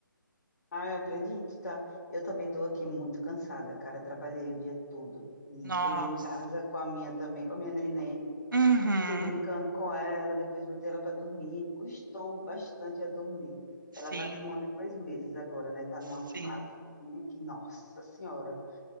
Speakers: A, on the left (about 50°); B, on the right (about 65°).
A: Ah, eu acredito, tá? Eu também tô aqui muito cansada, cara. Trabalhei o dia todo e
B: Nossa.
A: cheguei em casa com a minha também, com a minha neném,
B: Uhum.
A: e fiquei brincando com ela, depois botei ela para dormir. Custou bastante a dormir.
B: Sim,
A: Ela tá com um ano e dois meses agora, né? Tá numa
B: sim.
A: fase que, nossa senhora,